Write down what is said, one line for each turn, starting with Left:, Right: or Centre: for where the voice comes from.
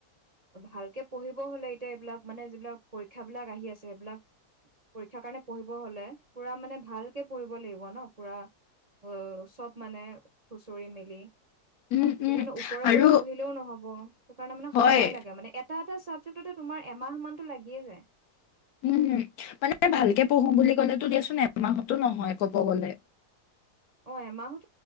Right: ভালকে পঢ়িব হ'লে এতিয়া এইবিলাক। মানে যিবিলাক পৰীক্ষাবিলাক আহি আছে সেইবিলাক। পৰীক্ষাৰ কাৰণে পঢ়িব হলে পুৰা মানে ভালকে পঢ়িব লাগিব ন পুৰা। অহ চব মানে খুচৰি মেলি।
Left: উম
Right: গতিকে
Left: উম
Right: মানে ওপৰে
Left: আৰু
Right: ওপৰে পঢ়িলেও নহব সিটো কাৰণে মানে
Left: হয়
Right: সময় লাগে মানে এটা। চাবজেক্টতে তোমাৰ এমাহ মানতটো লাগিয়ে যায়।
Left: উম মানে ভালকে পঢ়ো বুলি ক'লে দিয়াচোন এমাহতো নহয় কব গ'লে।
Right: অ এমাহত